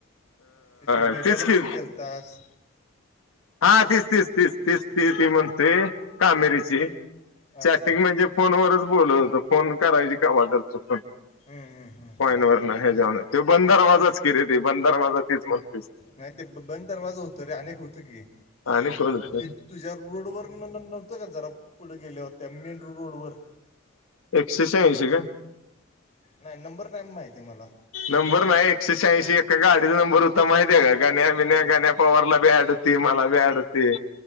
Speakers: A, on the left; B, on the left.
A: ते तू
B: अ
A: भेटायला
B: तीच की
A: पण गेलतास
B: हा तीस तस तीस तस त ती म्हणते कामेरीची
A: अच्छा
B: चॅटिंग म्हणजे फोनवरच बोलत होतो फोन करायची का वाढरतो फण
A: हम्म, हम्म, हम्म.
B: पॉइन वरन हेव ते बंद दरवाजाच केिले त ब दरवाजा तीच म्हणतेस
A: नाही ते ब- बंद दरवाजा होतं रे अनेक होतं की
B: आणि कोण होत
A: ते तुझ्या रोडवर नव्हतं का जरा पुढे गेल्यावर त्या मेन रोडवर
B: एकशे शहाऐंशी का
A: नाही नंबर नाही माहिती आहे मला
B: नंबर नाही एकशे शहाऐंशी एका गाडीचा नंबर उत्तम मा आहे आहे का गाण्या वििन्या
A: हम्म.
B: गाण्या्या पवारला बी अडती मला बी अडवती